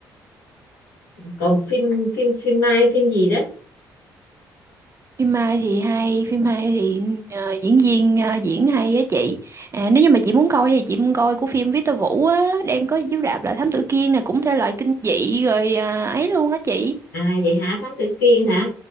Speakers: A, on the left (about 80°); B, on the right (about 30°).
A: còn phim phim phim mai phim gì đó
B: phim hay thì hay phim hay thì ờ, diễn viên ờ, diễn hay á chị à nếu như mà chị muốn coi thì chị muốn coi của phim Victor Vũ á đang có chiếu rạp là Thám Tử Kiên nè cũng thể loại kinh dị rồi ờ, ấy luôn á chị
A: à vậy hả Thám Tử Kiên hả